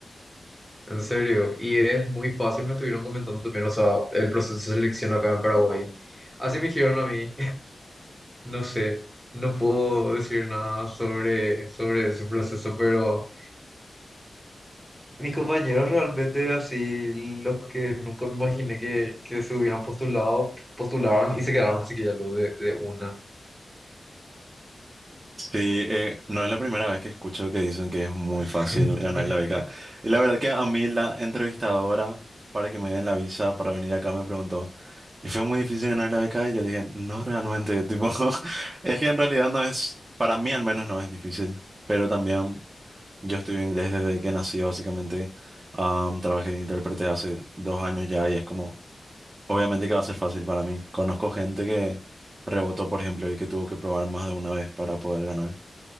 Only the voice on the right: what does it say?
Sí, eh, no es la primera vez que escucho que dicen que es muy
fácil ganar la beca. Y la verdad que a mí la entrevistadora para que me den la visa para venir acá me preguntó, ¿y fue muy difícil ganar la beca? Y yo le dije, no realmente, tipo, <laughs> es que en realidad no es, para mí al menos no es difícil, pero también yo estudio inglés desde que nací básicamente, Am, trabajé de intérprete hace dos años ya y es como, obviamente que va a ser fácil para mí. Conozco gente que rebotó, por ejemplo, y que tuvo que probar más de una vez para poder ganar.